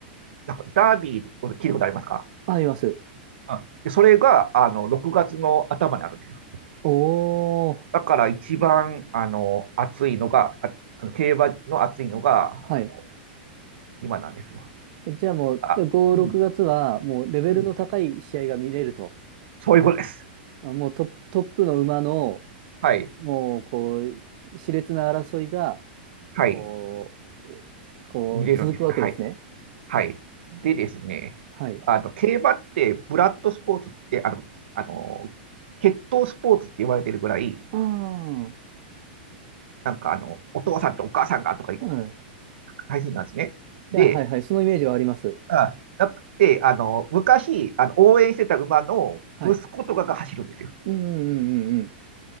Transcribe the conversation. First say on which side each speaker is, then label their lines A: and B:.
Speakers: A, on the right (about 80°); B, on the right (about 45°).
A: なんかダービー、聞いたことありますか、
B: あります。
A: うん、でそれがあの6月の頭にあるんですよ。
B: おー。
A: だから一番あの暑いのが、ああの競馬の暑いのがあの
B: はい。
A: 今なんですよ。
B: じゃあもう、
A: あうん
B: じゃあ5、6月は、もうレベルの高い試合が見れると。
A: うん、そういうことです。
B: あもうトップ、トップの馬の、
A: はい。
B: もう、こう、熾烈な争いが、
A: はい。
B: こう、こう、
A: 見れるんですよ。
B: 続くわけですね。
A: はい。はい。でですね、
B: はい。
A: あの、競馬って、ブラッドスポーツって、あの、あの、血統スポーツって言われてるぐらい、
B: ああ。
A: なんかあの、お父さんとお母さんがとか
B: うん。
A: 大切なんですね。で、
B: いや、はいはい。そのイメージはあります。
A: あ、なくて、あの、昔、あの、応援してた馬の息子とかが走るんですよ。
B: はい。うんうんうんうんうん。